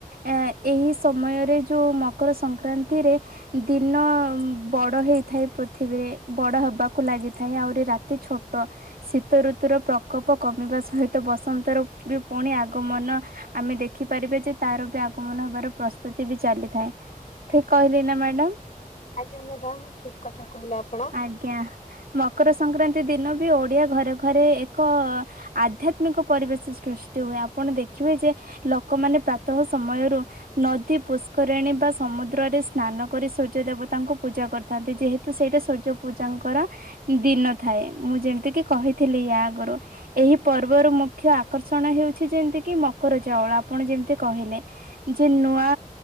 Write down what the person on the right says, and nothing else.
ଏ-ଏହି ସମୟରେ ଯୋଉ ମକର ସଂକ୍ରାନ୍ତିରେ ଦିନ ବଡ଼ ହେଇଥାଏ ପୃଥିବୀରେ, ବଡ଼ ହବାକୁ ଲାଗିଥାଏ ଆହୁରି ରାତି ଛୋଟ ଶୀତଋତୁର ପ୍ରକୋପ କମିବା ସହିତ ବସନ୍ତର ବି ପୁଣି ଆଗମନ ଆମେ ଦେଖି ଦେଖିପାରିବେ ଯେ, ତାର ବି ଆଗମନ ହେବାର ପ୍ରସ୍ତୁତି ବି ଚାଲିଥାଏ।
ଠିକ୍ କହିଲି ନା ମ୍ୟାଡାମ?
ଆଜ୍ଞା। ମକର ସଂକ୍ରାନ୍ତି ଦିନ ବି ଓଡିଆ ଘରେ ଘରେ ଏକ ଆଧ୍ୟାତ୍ମିକ ପରିବେଶ ସୃଷ୍ଟି ହୁଏ। ଆପଣ ଦେଖିବେ ଯେ ଲ ଲୋକମାନେ ପ୍ରାତଃ ସମୟରୁ, ନଦୀ ପୁଷ୍କରିଣୀ ବା ସମୁଦ୍ରରେ ସ୍ନାନ କରି ସୂର୍ଯ୍ୟ ଦେବ ତାଙ୍କୁ ପୂଜା କରିଥାନ୍ତି, ଯେହେତୁ ସେଇଟା ସୂର୍ଯ୍ୟ ପୂଜାଙ୍କର ଦିନ ଥାଏ। ମୁଁ ଯେମତି କହିଥିଲି ୟା ଆଗରୁ। ଏହି ପର୍ବରୁ ମୁଁ ମୁଖ୍ୟ ଆକର୍ଷଣ ହେଉଛି ଯେମତି କିି ମକର ଚାଉଳ, ଆପଣ ଯେମତି କହିଲେ। ଯେ ନୂଆ